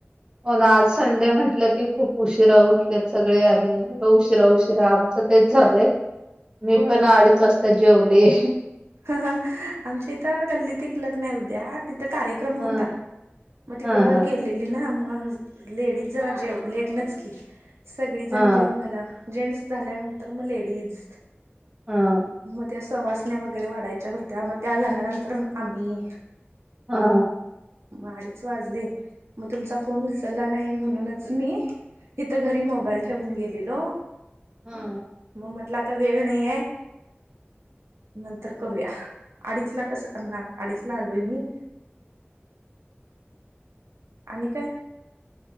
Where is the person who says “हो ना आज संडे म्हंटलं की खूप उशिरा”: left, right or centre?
Right